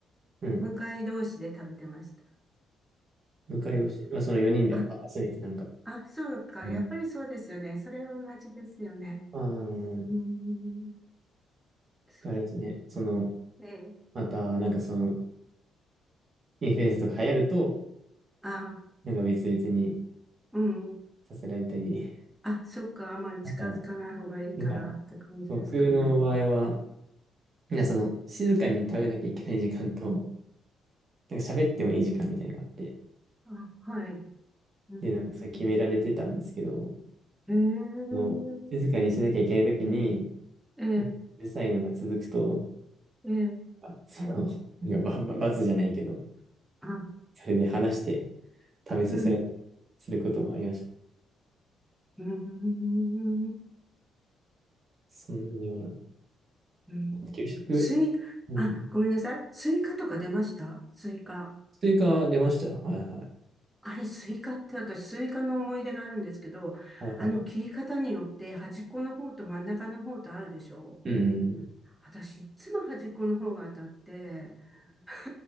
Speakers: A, on the right; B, in the centre.
A: うん。
B: 向かい同士で食べてました。
A: 迎えをし、
B: うん、
A: まあ、その4人であ集めてなんか。
B: あ、あ、そうか。
A: うん。
B: やっぱりそうですよね。それは同じですよね。
A: あー
B: うーん。そ
A: で、あれですね。その、
B: うええ、
A: また、なんかその、インフルエンスとか流行ると、
B: あ、
A: なんか別々に
B: うん。
A: させられたり。<laughs>
B: あ、そっか。あんまり近づかない方がいいからって感じですかね。
A: あとは、なんか、僕の場合は、なんかその、静かに食べなきゃいけない時間と、なんか喋ってもいい時間みたいなのがあって。
B: あ、はい。うーん。
A: で、なんかそれ決められてたんですけど、
B: ええ、
A: その、静かにしなきゃいけないときに、
B: え
A: うるさいのが続くと、
B: え、ええ、
A: <laughs> あその、なんかばば罰じゃないけど、
B: あ、
A: それで話して食べさせられたりすることもありました。
B: うん。うーん。
A: そんなような。
B: うん。
A: 給食、
B: スイ、
A: うん。
B: あ、ごめんなさい。スイカとか出ましたスイカ。
A: スイカ出ました。はいはい。
B: あれ、スイカって私、スイカの思い出があるんですけど、
A: はいはい。
B: あの、切り方によって端っこの方と真ん中の方とあるでしょ
A: うん。
B: 私、いつも端っこの方が当たって、<laughs>